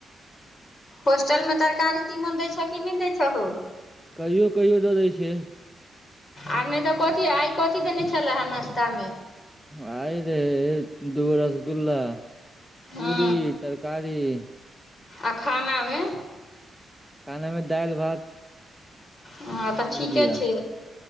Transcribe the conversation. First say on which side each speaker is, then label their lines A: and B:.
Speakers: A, on the left; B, in the centre.
A: होस्टल मे तरकारी तीमन दै छ कि नहि दै छ हौ
B: कहियो कहियो दऽ दै छै
A: आय नहि तऽ कथी आइ कथी देने छले हे नाश्ता मे
B: आइ रहे दूगो रसगुल्ला
A: हँ
B: पूरी तरकारी बी
A: आ खानामे
B: खानेमे दालि भात
A: ह तऽ ठीके
B: भुजिया
A: छै